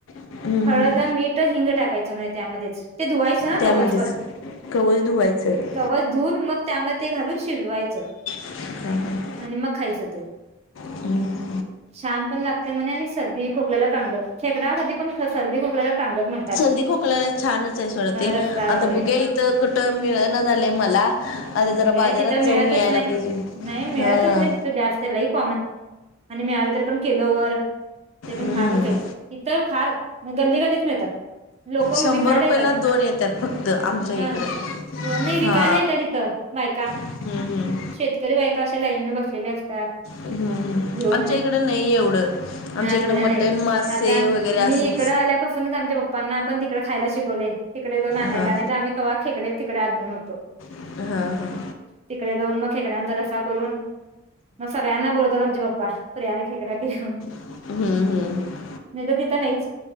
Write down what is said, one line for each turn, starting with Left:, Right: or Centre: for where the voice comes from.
Left: हम्म,
Right: हळद,
Left: हम्म.
Right: मीठ, हिंग टाकायच म्हणे त्यामध्येच ते धुवायचं. तहा
Left: त्यामध्येच
Right: कवचपन
Left: कवच धुवायचं.
Right: कवच धुऊन, मग त्यामध्ये ते घालून शिजवायचं.
Left: हम ह.
Right: आणि मग खायचं ते.
Left: <inaudible>
Right: छान पण लागतंय म्हणे, आणि सर्दी खोकल्याला चांगलं. खेकडा कधीपण सर्दी खोकल्याला चांगलंच म्हणे
Left: सर्दी- खोकल्याला छानच आहे सोडा ते
Right: रस्सा
Left: आता
Right: वगैरे
Left: बघुया ते. तर कुठं मिळना झालंय मला जरा
Right: हे
Left: बाजारात
Right: तिथं
Left: जाऊन
Right: मिळतचं
Left: यायला
Right: नाही-
Left: पाहिजे
Right: नाही मिळतचं
Left: हा
Right: नाही तिथं जास्त तिथं लय कॉमन, आणि मी आलं तरी पण किलो वर ते पण
Left: हम्म.
Right: महागच हायत इथं फार गल्ली- गल्लीत मिळतात. लोक म
Left: शंभर
Right: विकायला
Left: रुपयाला
Right: येतात
Left: दोन येतात फक्त आमच्या इकडं
Right: हं हो नाही विकायला
Left: हा
Right: येतत इथ बायका
Left: हम्म, हम्म.
Right: शेतकरी बायका अशा लाईनने बसलेल्या असतात
Left: हम्म, हम्म.
Right: घेऊन
Left: आमच्या इकडे नाही एवढं आमच्या
Right: हा
Left: इकडे
Right: तिकड
Left: मटण
Right: नाहीत
Left: मासे
Right: आता
Left: वगैरे असंच
Right: मी इकड आल्यापसण आमच्या पप्पांना आपण तिकडे खायला शिकवले तिकडे जाऊन आणायला
Left: हां
Right: आणि नाही तर खेकडे तिकडे आणलो नव्हतो
Left: हां हां
Right: तिकडे जाऊन मग खेकड्याचा रस्सा करून मग सगळ्यांना बोलवत आमचे पप्पा- प्रियाने खेकडा केला म्हणून
Left: हम्म हम्म
Right: नाही तर तिथ नाहीच